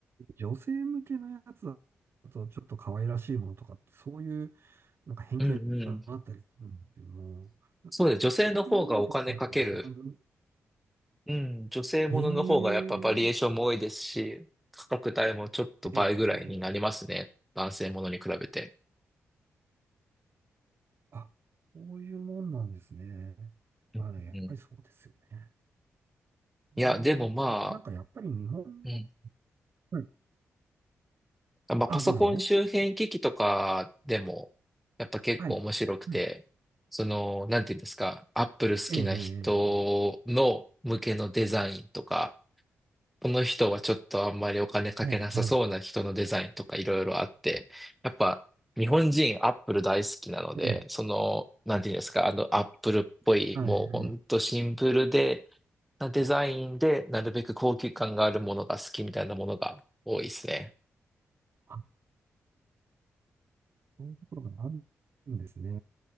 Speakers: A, on the right; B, in the centre.
A: 女性向けのやつだと、ちょっと可愛らしいものとかって、そういう、なんか偏見があったりするんですけども、
B: うんうん。そうです。女性の方がお金かける。
A: そう、そういうのとかってあんま
B: うん。女性ものの方がやっぱバリエーションも多いですし、
A: り、ええ、
B: 価格帯もちょっと倍ぐらいになりますね。
A: ええ、
B: 男性ものに比べて。
A: あ、そういうもんなんですね。
B: うんうん。
A: あれ、やっぱりそうですよね。
B: いや、
A: うん、
B: でもまあ、
A: なんかやっぱり日本の、
B: うん
A: はい。
B: まあ、
A: あ、
B: パソコン周辺機器とかでも、
A: どうぞ。
B: やっぱ結構面白くて、
A: はい。はい。
B: その、なんていうんですか、アップル好きな人の向けのデザインとか、
A: ええ、ええええ
B: この人はちょっとあんまりお金かけなさそうな人のデザインとかいろいろあって、
A: はい、はい。
B: やっぱ日本人アップル大好きなので、
A: ええ、
B: その、なんていうんですか、あのアップルっぽい、
A: はい、
B: もうほんとシンプルで、
A: はい。
B: なデザインで、なるべく高級感があるものが好きみたいなものが多いですね。
A: あ、そういうところがあるんですね。